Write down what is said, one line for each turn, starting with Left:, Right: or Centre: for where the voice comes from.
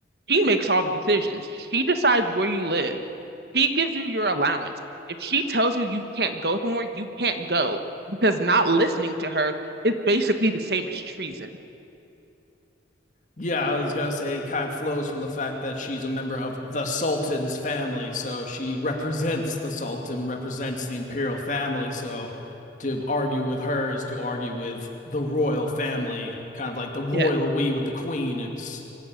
Right: she makes all the decisions. She decides where you live. She gives you your allowance. If she tells you you can't go somewhere, you can't go because not listening to her is basically the same as treason.
Left: yeah, I was gonna say, it kind of flows from the fact that she's a member of the Sultan's family, so she represents the Sultan, represents the imperial family. So to argue with her is to argue with the royal family, kind of like the royal
Right: Yeah.
Left: we with the queen. It's